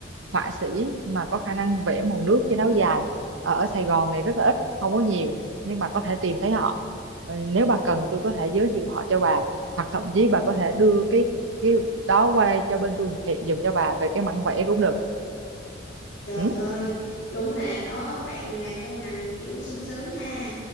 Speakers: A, on the right; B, on the left.
A: họa sĩ mà có khả năng vẽ màu nước trên áo dài ở Sài Gòn này rất là ít không có nhiều nhưng bà có thể tìm thấy họ Ừ, nếu bà cần tôi có thể giới thiệu họ cho bà hoặc thậm chí bà có thể đưa cái cái đó qua đây cho bên tôi thực hiện giùm cho bà về cái mảng vẽ cũng được
B: Trời
A: Ừ.
B: ơi, đúng là có bạn làm trong ngành kiểu sung sướng ha.